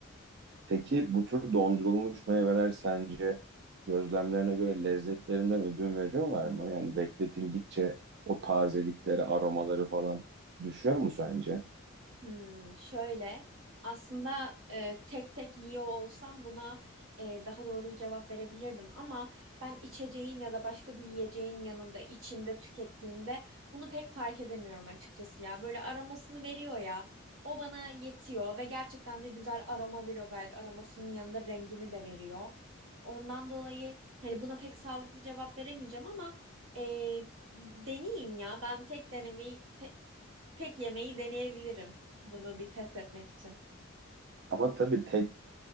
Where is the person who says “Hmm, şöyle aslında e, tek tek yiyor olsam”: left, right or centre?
Right